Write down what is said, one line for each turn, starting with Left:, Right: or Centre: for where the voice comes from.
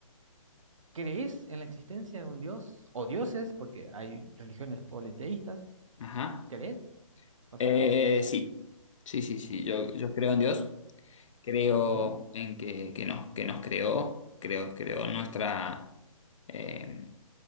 Right: ¿Crees en la existencia de un dios o dioses? Porque hay religiones politeístas.
Left: ajá.
Right: ¿Crees? O
Left: Eh,
Right: sea, eso.
Left: sí, sí, sí, sí. Yo, yo creo en Dios, creo
Right: Ujú.
Left: en que, que nos, que nos creó, creo, creo nuestra, eh,